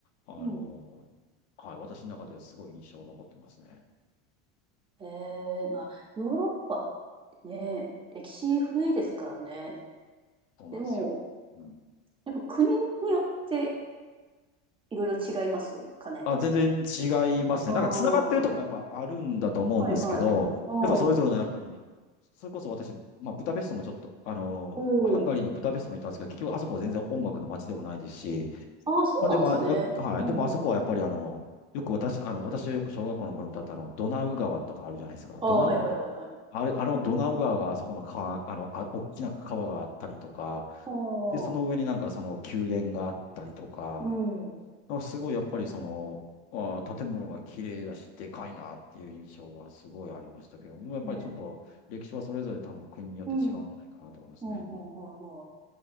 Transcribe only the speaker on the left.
あの、
はい、私の中ではすごい印象残ってますね。
そうなんですよ。
うん
あ、全然違いますね。
なんか繋がってるとこもやっぱあるんだと思うんですけど、
やっぱそれぞれのやっぱり、それこそ私、まあ、ブダペストもちょっと、あの、
ハンガリーのブダペストも行ったんですけど、結局あそこは全然音楽の街でもないですし、
まあでも、やっはい。
でもあそこはやっぱりあの、よく私、あの、私はよく小学校の頃に歌ったあの、ドナウ川とかあるじゃないですか。
ドナウ川っていうのは、
あれ、あのドナウ川があそこの川、あの、あ、大きな川があったりとか、
で、その上になんかその宮殿があったりとか、
あすごいやっぱりその、あ建物が綺麗だし、でかいなっていう印象はすごいありましたけど、もうやっぱりちょっと歴史はそれぞれ多分国によって違うんじゃないかなと思いますね。
うん